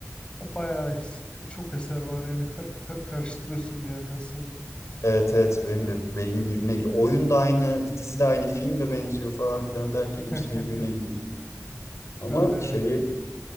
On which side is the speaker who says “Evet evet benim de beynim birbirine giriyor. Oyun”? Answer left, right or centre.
Left